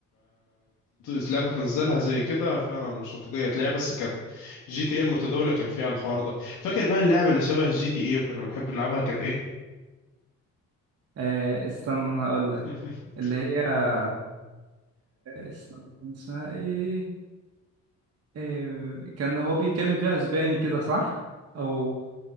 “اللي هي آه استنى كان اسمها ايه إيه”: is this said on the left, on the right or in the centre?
Right